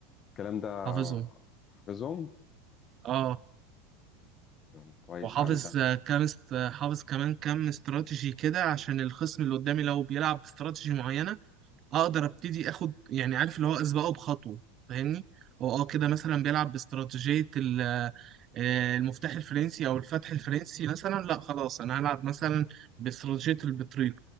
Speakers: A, on the left (about 30°); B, on the right (about 35°).
A: الكلام ده
B: حافظهم
A: حافظهم
B: اه
A: طب كويس
B: وحافظ
A: يا عم ده
B: آه، كام است... حافظ كمان كام استراتيجي كده عشان الخصم اللي قدامي لو بيلعب باستراتيجي معينة اقدر ابتدي اخد يعني عارف اللي هو اسبقه بخطوه فاهمني هو اه كده مثلا بيلعب باستراتيجيه ال- آه، المفتاح الفرنسي او الفتح الفرنسي مثلا لا خلاص انا هلعب مثلا باستراتيجيه البطريق